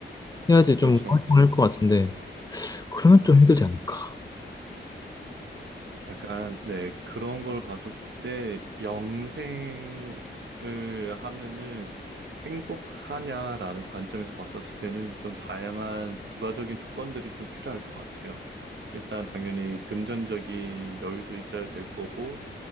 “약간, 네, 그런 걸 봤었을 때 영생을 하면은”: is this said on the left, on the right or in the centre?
Right